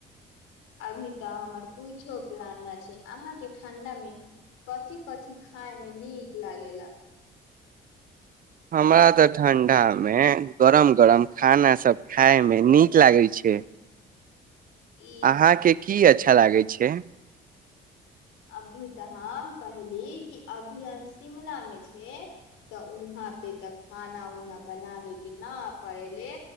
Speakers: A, on the left; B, on the right.
A: अभी तऽ हमर कछो प्लान नहि छै अहाँके ठण्डा मे कथी कथिी खाायमे नीक लागेला
B: हमरा तऽ ठण्डामे गरम गरम खानासभ खाायमे नीक लागैत छै
A: ई
B: अहाँके
A: तऽ
B: की अच्छा लागै छै
A: अभी तऽ ह कहहिली कि अभी हम शिमला में छै तऽ वहाँ पे ते खाना उना बनावे के न पड़ेले